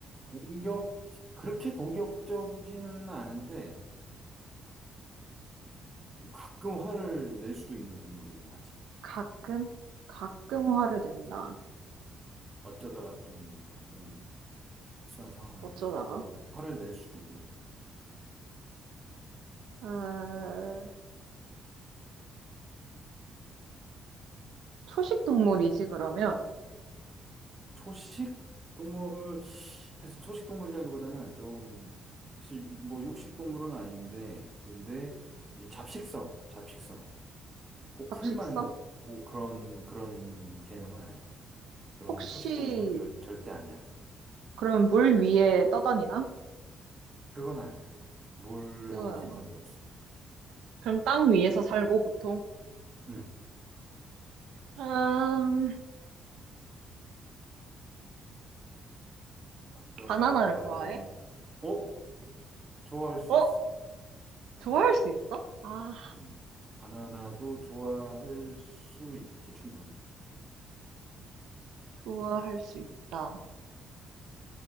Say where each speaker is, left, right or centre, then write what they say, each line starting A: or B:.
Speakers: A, on the right; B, on the right.
A: 공격, 그렇게 공격적이지는 않은데, 뭐 가끔 화를 낼 수도 있는 동물이긴 하지.
B: 가끔? 가끔
A: 음.
B: 화를 낸다.
A: 어쩌다가 좀 어떤 특수한 상황에서
B: 어쩌다가?
A: 그럴 화를 낼 수도 있는.
B: 아, 초식 동물이지, 그러면?
A: 초식 동물, 그래서 초식 동물이라기보다는 좀, 사실 뭐 육식 동물은 아닌데, 근데 이 잡식성, 잡식성이야. 꼭
B: 잡식성?
A: 풀만 먹고 그런, 그런 개념은 아니야. 그런
B: 혹시,
A: 초식 동물은 절, 절대 아니야.
B: 그럼 물 위에 떠다니나?
A: 그건 아니야. 물하고는
B: 그건 아니.
A: 관계없어.
B: 그럼 땅 위에서 살고 보통?
A: 응.
B: 아,
A: 아까
B: 바나나를
A: 내가 말한,
B: 좋아해?
A: 어? 좋아할 수
B: 어?
A: 있어.
B: 좋아할 수 있어? 아,
A: 음. 바나나도 좋아할 수 있지, 충분히.
B: 좋아할 수 있다.